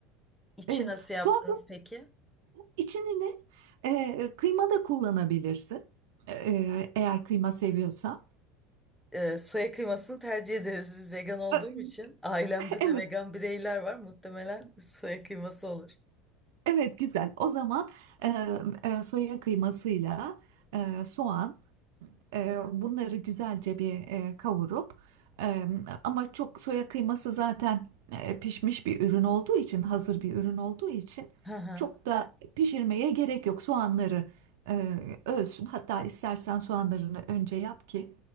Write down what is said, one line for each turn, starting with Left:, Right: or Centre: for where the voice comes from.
Centre: İçi
Right: E,
Centre: nasıl
Right: sonra
Centre: yaptınız peki?
Right: içini de e, kıyma da kullanabilirsin. E, eğer kıyma seviyorsan.
Centre: e, soya kıymasını tercih ederiz biz vegan olduğum
Right: E,
Centre: için. Ailemde
Right: <laughs> Evet,
Centre: de vegan bireyler var. Muhtemelen soya kıyması olur.
Right: evet güzel. O zaman e, e, soya kıymasıyla e, soğan E, bunları güzelce bir e, kavurup e, ama çok soya kıyması zaten e, pişmiş bir ürün olduğu için, hazır bir ürün olduğu için
Centre: Hı hı.
Right: çok da pişirmeye gerek yok. Soğanları e, ölsün. Hatta istersen soğanlarını önce yap ki